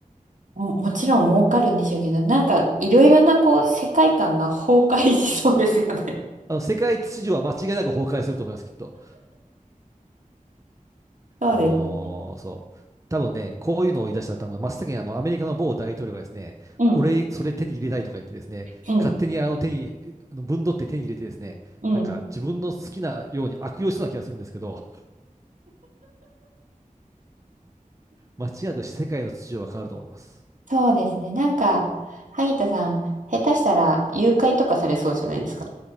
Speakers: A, on the right (about 65°); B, on the right (about 20°).
A: も、もちろん儲かるんでしょうけど、なんかいろいろなこう世界観が崩壊しそうですよね。
B: あの、世界秩序は間違いなく崩壊すると思います、きっと。
A: そうですね。
B: あのーそう。多分ね、こういうのを言い出したら多分真っ先にあのアメリカの某大統領がですね、
A: うん、
B: 俺、それ手に入れたいとか言ってですね、
A: うん、
B: 勝手にあの手に、あのぶ分取って手に入れてですね、
A: うん。
B: なんか自分の好きなように悪用しそうな気がするんですけど、間違いなく世界の秩序は変わると思います。
A: そうですね。なんか、萩田さん、下手したら誘拐とかされそうじゃないですか。